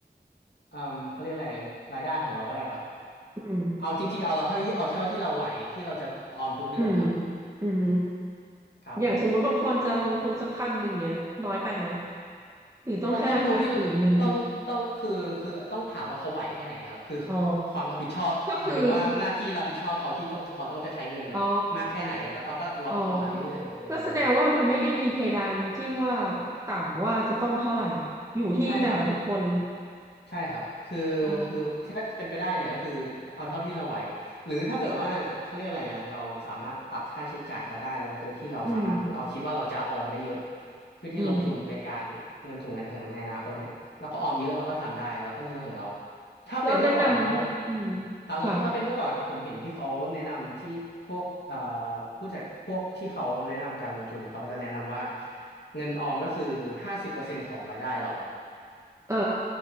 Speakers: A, on the left; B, on the right.
A: เออเขาเรียกอะไรรายได้ของเราก็ได้ครับ
B: อืม
A: เอาจริงๆเอาเราเท่าที่เอาเท่าที่เราไหวที่เราจะออมทุกเดือนนะครับ
B: อืมอืม
A: ครับผม
B: อย่างสมมุติบางคนจะลงทุนสักพันหนึ่งเงี้ยน้อยไปไหมหรือต้องห้าพันหมื่นหนึ่ง
A: มันต้องดูที่ต้องต้องคือคือต้องถามว่าเขาไหวแค่ไหนครับคือ
B: อ๋อ
A: ความรับผิดชอบหมายถึงว่าหน้าที่รับผิดชอบเขาที่ต้องเขาต้องจะใช้เงินน่ะมากแค่ไหนแล้วเขาก็ลดลงมาเรื่อยๆอะไรอย่างเงี้ยครับ
B: ก็คืออ๋ออ๋อก็แสดงว่ามันไม่ได้มีเพดานที่ว่าต่ำว่าจะต้องเท่าไหร่อยู่ที่แต่ละบุคคล
A: ใช่ครับ ใช่ครับคือคือถ้าเป็นไปได้เนี่ยก็คือเอาเท่าที่เราไหว
B: อ๋อ
A: หรือถ้าเกิดว่าเขาเรียกอะไรอ่ะเราสามารถตัดค่าใช้จ่ายเราได้แล้วโดยที่เราสามารถเราคิดว่าเราจะออมได้เยอะ
B: อืม
A: เพื่อที่ลงทุนเป็นการเงินถุงเงินถังในอนาคตเนี่ยแล้วก็ออมเยอะเราก็ทำได้เราก็เรื่องของเรา
B: อืม
A: ถ้าเป็นเมื่อก่อนนะเขา
B: แล้วแนะนำอืม
A: ครับผมถ้าเป็นเมื่อก่อนนะผมเห็นที่เขาแนะนำที่พวกเอ่อ
B: ค่ะ
A: ผู้จัดพวกที่เขาแนะนำการลงทุนเนี่ยเขาจะแนะนำว่าเงินออมก็คือห้าสิบเปอร์เซ็นต์ของรายได้เรา
B: เออ